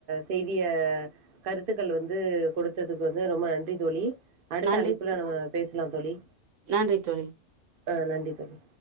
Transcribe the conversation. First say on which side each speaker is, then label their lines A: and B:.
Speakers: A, on the right (about 50°); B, on the right (about 70°).
A: செய்திய கருத்துக்கள வந்து கொடுத்ததுக்கு வந்து ரொம்ப நன்றி தோழி அடுத்த
B: நன்றி
A: அழைப்புல நம்ம பேசலாம் தோழி
B: நன்றி தோழி
A: ஆஹ் நன்றி தோழி